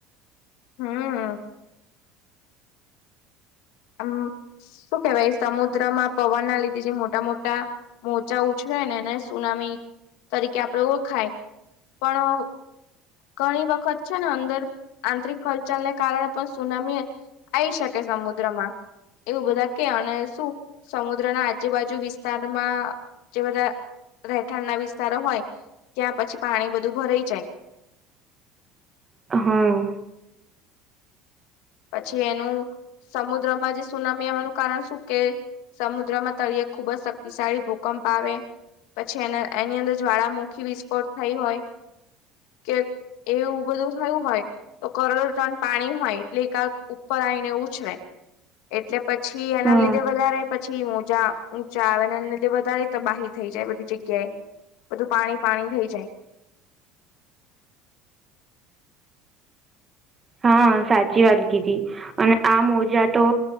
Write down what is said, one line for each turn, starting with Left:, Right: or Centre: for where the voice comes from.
Left: હમ.
Right: <inaudible>
Left: આમ શું કેવાય સમુદ્રમાં પવન ના લીધે જે મોટા મોટા. મોચા ઉછળે નેને સુનામી તરીકે આપણેે ઓળખાય. પણ. ઘણી વખત છે ને અંદર આંતરિક હલચાલને કારણે પણ સુનામી. આઈ શકે સમુદ્ર. સમદ્રમાં એવું બધા કે અને શું સમુદ્રના આજુબાજુ વિસ્તારમાં. જે બધા રહેઠાણ ના વિસ્તારો હોય ત્યાં પછી પાણી બધું ભરાઈ જાય.
Right: હા
Left: પછી એનું સમુદ્રમાં જે સુનામી આવવાનું કારણ શું કે. સમુદ્રમાં તળીે ખુબ જ શક્તિશાળી ભૂકંપ આવે. પછી એના એની અંદર જ્વાળામુખી વિસ્ફોટ થઈ હોય. કે એવું બધું થયું હોય તો કરોડો ટન પાણી હોય. લેખાક ઉપર આવીને ઉછળ. એટલે પછી એના
Right: હા
Left: લીધે વધારે પછી મોજા. ઊંચા આવે ને એ લીધે વધારે તબાહી થઈ જાય બધી જગ્યાએ બધું પાણી પાણી થઈ જાય.
Right: હા સાચી વાત કીધી અને આ મોજા તો.